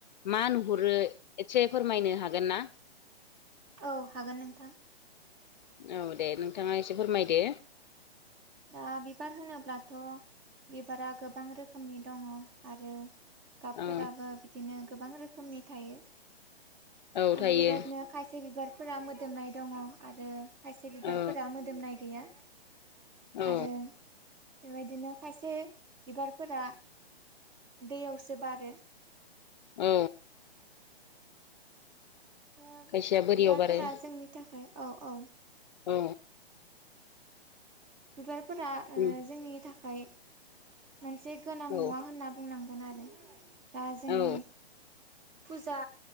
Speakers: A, on the left; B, on the right.
A: मा नुहुरो एसे फोरमायनो हागोन ना
B: औ हागोन नोंथां
A: औ दे नोंथाङा एसे फोरमायदो
B: दा बिबार होनोब्लाथ' बिबारा गोबां रोखोमनि दङ' आरो गाबफोराबो
A: औ
B: बिदिनो गोबां रोखोमनि थायो
A: औ
B: आरो
A: थायो
B: बेबायदिनो खायसे बिबारफोरा मोदोमनाय दङ' आरो खायसे बिबारफोरा
A: औ
B: मोदोमनाय गैया
A: औ
B: आरो बेबायदिनो खायसे बिबारफोरा दैयावसो बारो
A: औ
B: थ'
A: खायसेया बोरियाव
B: बिबारफोरा
A: बारो
B: जोंनि थाखाय औ-औ
A: औ
B: बिबारफोरा ओ
A: उम
B: जोंनि थाखाय मोनसे गोनां मुवा
A: औ
B: होनना बुंनांगोन आरो दा जोंनि
A: औ
B: फुजा